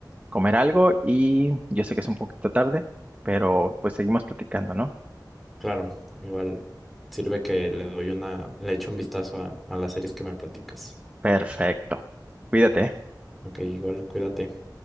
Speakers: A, on the right; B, in the centre.
A: comer algo y yo sé que es un poquito tarde, pero pues seguimos platicando, ¿no?
B: Claro, igual sirve que le doy una, le echo un vistazo a, a las series que me platicas.
A: Perfecto. Cuídate. ¿eh?
B: Ok, igual cuídate.